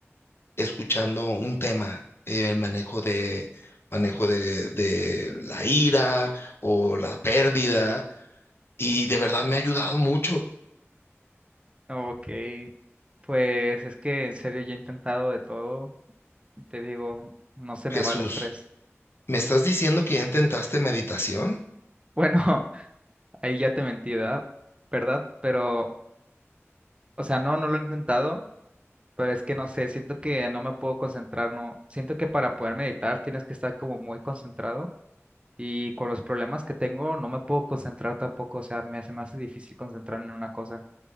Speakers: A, on the left (about 55°); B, on the right (about 25°).
A: escuchando un tema, eh, el manejo de, manejo de, de la ira o la pérdida, y de verdad me ha ayudado mucho.
B: Ok. Pues es que en serio ya he intentado de todo. Te digo, no se
A: Jesús,
B: me va el estrés.
A: ¿me estás diciendo que ya intentaste meditación?
B: Bueno, <laughs> ahí ya te mentí, ¿verdad? ¿Verdad? Pero O sea, no, no lo he intentado, pero es que no sé, siento que no me puedo concentrar, no. Siento que para poder meditar tienes que estar como muy concentrado y con los problemas que tengo no me puedo concentrar tampoco, o sea, me, se me hace difícil concentrarme en una cosa.